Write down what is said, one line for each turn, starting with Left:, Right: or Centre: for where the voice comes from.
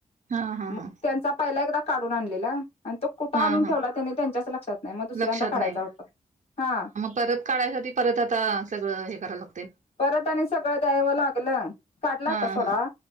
Right: हा हं
Left: मग
Right: हं.
Left: त्यांचा पहिला एकदा काढून आणलेला. आणि तो कुठं आणून
Right: हा हा
Left: ठेवलाय त्येनी तेच्याच लक्षात नाही म दुसऱ्यांदा
Right: लक्षात
Left: काढायचा
Right: नाही
Left: होता हा.
Right: परत काढायसाठी परत आता सगळं हे कराय लाग
Left: परत आणि सगळं द्यायवं लागलं काढला होता
Right: हा
Left: सोडा
Right: हा